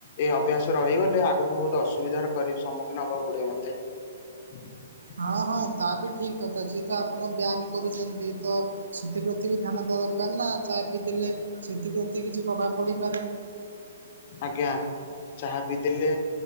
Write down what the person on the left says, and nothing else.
ଏ ଅଭ୍ୟାସ ରହିଗଲେ ଆଗକୁ ବହୁତ ଅସୁବିଧାର ସମ୍ମୁଖୀନ ହବାକୁ ପଡିବ ମତେ ହଁ।
ଆଜ୍ଞା ଚାହା ପିଇ ଦେଲେ